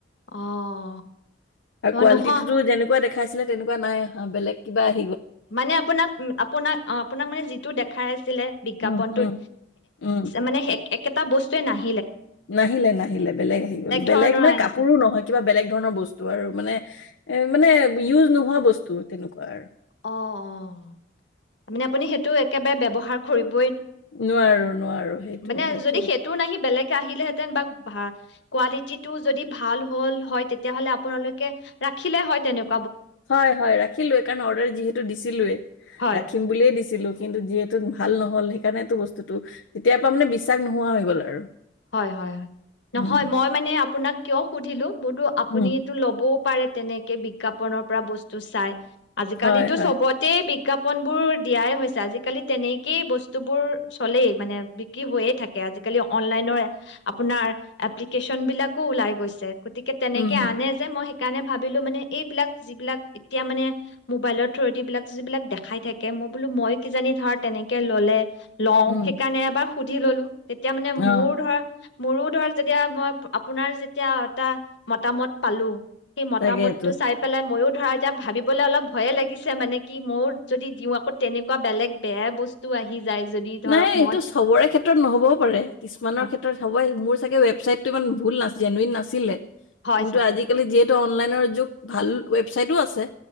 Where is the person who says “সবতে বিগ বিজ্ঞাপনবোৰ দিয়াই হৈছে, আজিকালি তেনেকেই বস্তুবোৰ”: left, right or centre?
Left